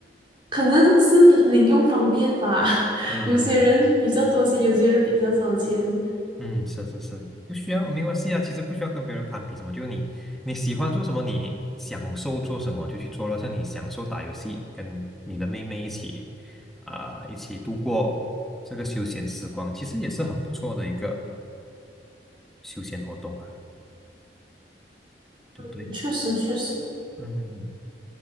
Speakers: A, on the right; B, in the centre.
A: 可能是零用方面吧，<laughs>
B: 嗯。
A: 有些人比较多钱，有些人比较少钱。
B: 嗯，是是是，不需要，没关系啊。其实不需要跟别人攀比什么，就你你喜欢做什么，你享受做什么就去做咯。像你享受打游戏，跟你的妹妹一起啊、一起度过这个休闲时光，其实也是很不错的一个休闲活动啊，对不对？
A: 嗯确实，确实。
B: 嗯，嗯嗯